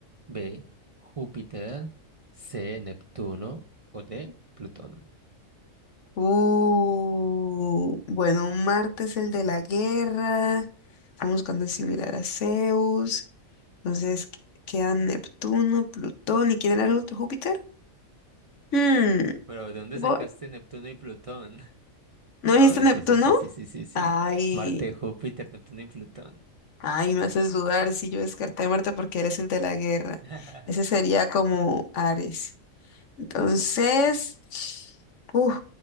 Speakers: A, on the right; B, on the left.
A: B. Júpiter. C. Neptuno. O D. Plutón.
B: Uh, bueno, Marte es el de la guerra. Estamos buscando el similar a Zeus. Entonces qu- quedan Neptuno, Plutón. ¿Y quién era el otro? ¿Júpiter? Hmm,
A: Pero ¿de dónde
B: voy.
A: sacaste Neptuno y Plutón? <laughs>
B: ¿No dijiste
A: Ah, bueno,
B: Neptuno?
A: sí, sí, sí, sí, sí, sí, sí.
B: Ay,
A: Marte, Júpiter, Neptuno y Plutón.
B: ay, me haces dudar si yo descarté a Marte porque él es el de la guerra.
A: <laughs>
B: Ese sería como Ares. Entonces, uf,